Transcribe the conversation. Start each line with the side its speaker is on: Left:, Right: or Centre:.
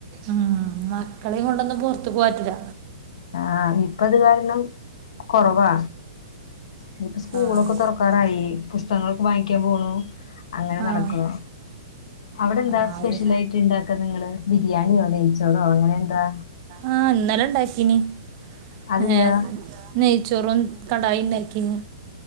Right: ഉം മക്കളെയും കൊണ്ടൊന്നും പുറത്തു പോവാറ്റില്ല.
Left: ആഹ് ഇപ്പൊ ഇത് കാരണം കൊറവാ ഇതിപ്പ സ്കൂളൊക്കെ
Right: ആഹ്
Left: തുറ ക്കറായി പുസ്തങ്ങളൊക്കെ വാങ്ങിക്കാൻ പോണു. അങ്ങനെ
Right: ആഹ്
Left: നടക്കുണ് അവിടെ എന്താ
Right: ആഹ്
Left: സ്പെഷ്യൽയിട്ട്
Right: അതെ
Left: ഇണ്ട ഒക്കെ നിങ്ങള് ബിരിയാണിയോ നയിച്ചോറോ അങ്ങനെ എന്താ?
Right: ആഹ ഇന്നലെ ഉണ്ടാക്കീനി
Left: അതെന്താ
Right: ഏഹ <unintelligible> നെയ്ചറും കടായിണ്ടക്കിനി.